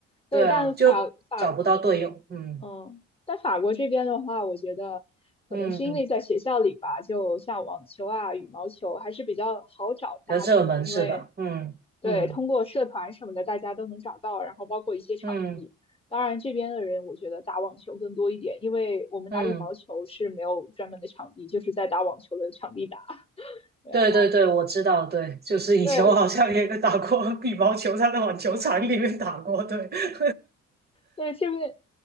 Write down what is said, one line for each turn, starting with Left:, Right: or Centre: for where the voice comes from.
Left: 对，
Right: 对啊，
Left: 但法法
Right: 就找不到队友。嗯
Left: 嗯，但法国这边的话，我觉得可能是因为在学校里吧，
Right: 嗯，
Left: 就像网球啊、羽毛球还是比较好找搭子的，
Right: 比较热门是吧？
Left: 因为
Right: 嗯嗯
Left: 对通过社团什么的，大家都能找到，然后包括一些场地。
Right: 嗯
Left: 当然，这边的人我觉得打网球更多一点，因为我们打羽毛球是没有专门的场地，
Right: 嗯。
Left: 就是在打网球的场地打。对啊，
Right: 对对对，我知道，对，就是以前我好像也打过
Left: 对，
Right: <laughs> 羽毛球，在那网球场里面打过，对，<laughs>
Left: 对，这边